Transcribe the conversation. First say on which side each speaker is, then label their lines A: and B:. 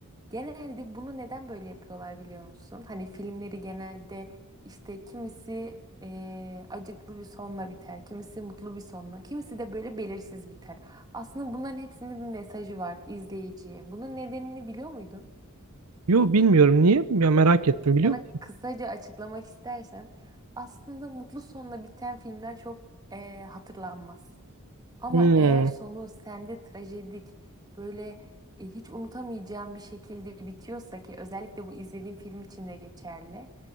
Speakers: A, on the right; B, on the right.
A: Genelde bunu neden böyle yapıyorlar biliyor musun? Hani filmleri genelde işte kimisi eee, acıklı bir sonla biter, kimisi mutlu bir sonla, kimisi de böyle belirsiz biter. Aslında bunların hepsinin bir mesajı var izleyiciye. Bunun nedenini biliyor muydun?
B: Yo bilmiyorum niye? Ya merak ettim
A: Sana
B: biliyor musun?
A: kısaca açıklamak istersem aslında mutlu sonla biten filmler çok eee, hatırlanmaz. Ama
B: Hmm,
A: eğer sonu sende trajedik böyle e, hiç unutamayacağım bir şekilde bitiyorsa ki özellikle bu izlediğin film için de geçerli.